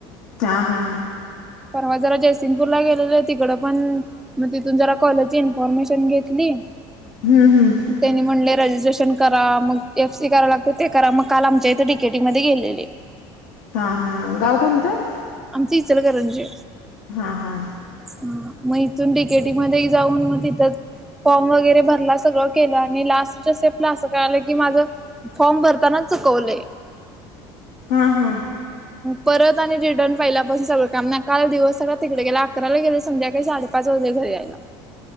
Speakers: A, on the left; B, in the centre.
A: हा हा
B: परवा जरा जयसिंगपूरला गेलेलं तिकडं पण मग तिथून जरा कॉलेजची इन्फॉर्मेशन घेतली
A: हम्म हम्
B: ग त्यांनी म्हणले रजिस्ट्रेशन करा मग एफ सी कराव लागतं ते करा मग काल आमच्या इथे डीकेटीइ मध्ये गेलेले
A: हा हा गाव कोणतं
B: आमचं इचलकरंजी
A: हा हा
B: ह मग इथून डीकेटीइ मध्ये जाऊन मग तिथंच फॉर्म वगैरे भरला सगळं केलं आणि लास्टच्या स्टेपला असं कळालं की माझ फॉर्म भरताना चुकवले
A: हां हां
B: परत आणि रिटर्न पहिल्यापासून सगळं काम न काल दिवस सगळ तिकडे गेला अकराला गेले संध्याकाळी साडे पाच वाज घरी यायला